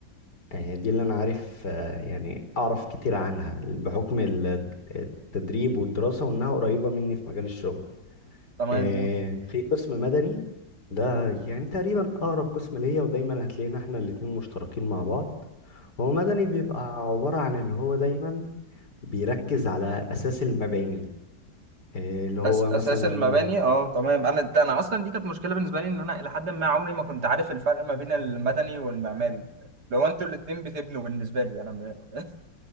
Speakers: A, on the left (about 60°); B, on the right (about 60°).
A: يعني دي اللي انا عارف آه، يعني اعرف كتير عنها بحكم ال- التدريب والدراسه وانها قريبه مني في مجال الشغل
B: تمام
A: آه،
B: قول
A: في قسم مدني ده يعني تقريبا اقرب قسم ليا ودايما هتلاقينا احنا الاتنين مشتركين مع بعض هو مدني بيبقى عباره عن اللي هو دايما بيركز على اساس المباني آه، اللي هو
B: أس... اساس
A: مثلا
B: المباني اه تمام انا ده انا اصلا دي كانت مشكله بالنسبه لي ان انا الى حد ما عمري ما كنت عارف الفرق ما بين المدني والمعماري لو انتوا الاتنين بتبنوا بالنسبه لي انا م... <laughs>